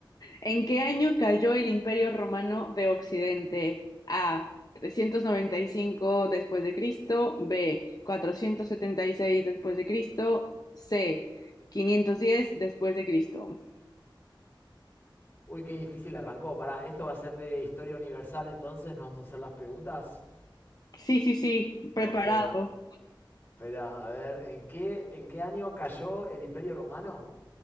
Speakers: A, on the left; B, on the left.
A: ¿en qué año cayó el Imperio Romano de Occidente? A. 395 después de Cristo, B. 476 después de Cristo, C. 510 después de Cristo.
B: Uy, qué difícil arrancó. Para, esto va a ser de historia universal, entonces nos vamos a hacer las preguntas.
A: Sí, sí, sí, preparado.
B: Ok, espera, a ver, ¿en qué, en qué año cayó el Imperio Romano?